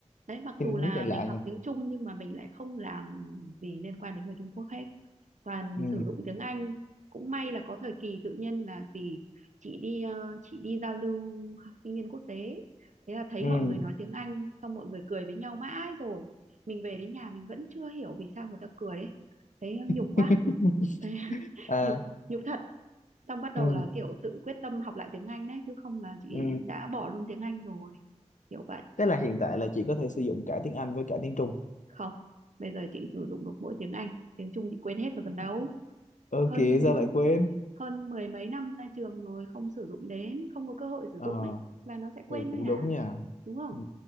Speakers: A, on the right; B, on the left.
A: đấy mặc
B: cái
A: dù
B: nước
A: là
B: này lạ
A: mình học
B: nhỉ
A: tiếng Trung nhưng mà mình lại không làm gì liên quan đến người Trung Quốc hết toàn
B: ừ.
A: sử dụng tiếng Anh cũng may là có thời kỳ tự nhiên là vì chị đi ờ, chị đi giao lưu học sinh viên quốc tế thế là thấy
B: Ừ.
A: mọi người nói tiếng Anh xong mọi người cười với nhau mãi rồi mình về đến nhà mình vẫn chưa hiểu vì sao người ta cười ấy. thế nhục
B: <laughs>
A: quá Thế <laughs>
B: à
A: nhục nhục thật xong bắt đầu
B: ừ.
A: là kiểu tự quyết tâm học lại tiếng Anh đấy chứ không là chị
B: Ừ.
A: đã bỏ luôn tiếng Anh rồi kiểu vậy
B: Thế là hiện tại là chị có thể sử dụng cả tiếng Anh với cả tiếng Trung
A: không bây giờ chị sử dụng được mỗi tiếng Anh tiếng Trung chị quên hết rồi còn đâu
B: ơ
A: hơn
B: kìa sao lại quên
A: hơn mười mấy năm ra trường rồi không sử dụng đến không có cơ hội sử
B: ờ
A: dụng ấy là nó sẽ quên
B: ừ, cũng
A: thôi à
B: đúng nha
A: đúng không
B: ừ.